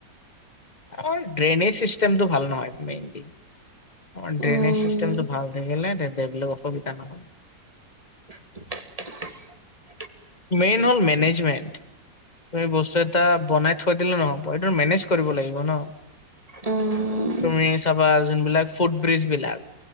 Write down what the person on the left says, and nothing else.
অ, ড্ৰেইনেছ। চিষ্টেমটো ভাল নহয় মেইনলি, আমাৰ ড্ৰেইনেজ
চিষ্টেমটো ভাল নহ'লে তেন্তে এইবিলাক সুবিধা নহয়।
মেইন হ'ল মেনেজমেণ্ট, তুমি বস্তু এটা বনাই থৈ দিলে নহ'ব এইটো মেনেজ কৰিব লাগিব ন,
তুমি চাবা যোনবিলাক ফুট ব্ৰিজ বিলাক,